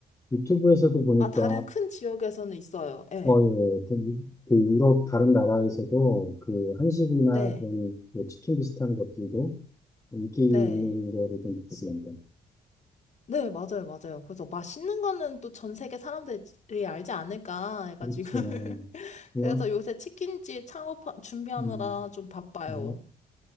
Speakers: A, on the left; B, on the left.
A: 유튜브에서도 보니까
B: 아, 다른 큰 지역에서는 있어요. 예.
A: 어, 예. 예. 그 유럽 다른 나라에서도 그 한식이나
B: 네,
A: 그런 뭐 치킨 비슷한 것들도 인기 있는
B: 네.
A: 거를 좀 봤습니다.
B: 네, 맞아요, 맞아요. 그래서 맛있는 거는 또 전 세계 사람들이 알지 않을까 해가지고.
A: 그렇죠.
B: <laughs>
A: 우와,
B: 그래서 요새 치킨집 창업 준비하느라
A: 음,
B: 좀 바빠요.
A: 아,